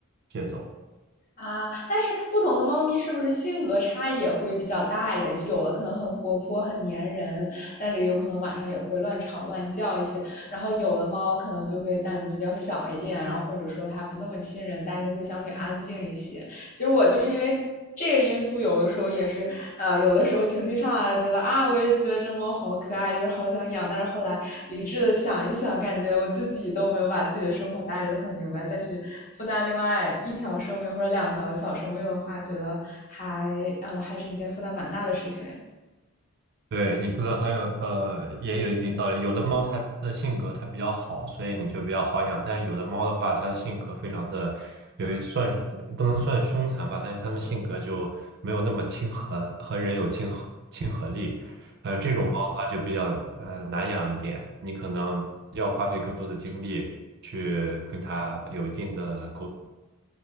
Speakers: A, on the right (about 50°); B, on the left (about 35°).
A: 接走。
B: 啊，但是不同的猫咪是不是性格差异也会比较大一点？就有的可能很活泼、很粘人，但是有可能晚上也会乱吵乱叫一些。然后有的猫可能就会胆子比较小一点，然后或者说它不那么亲人，但是会相对安静一些。其实我就是因为这个因素，有的时候也是，呃，有的时候情绪上来，觉得啊，我也觉得这猫好可爱，就是好想养。但是后来理智的想一想，感觉我自己都没有把自己的生活打理得很明白，再去负担另外一条生命或者两条小生命的话，觉得还，呃，还是一件负担蛮大的事情哎。
A: 对，你说的很有，呃，也有一定道理。有的猫它的性格它比较好，所以你就比较好养。但是有的猫的话，它的性格非常的，有一算不能算凶残吧，但是它们性格就没有那么亲和，和人有亲和亲和力。呃，这种猫的话就比较呃难养一点，你可能要花费更多的精力去跟它有一定的沟。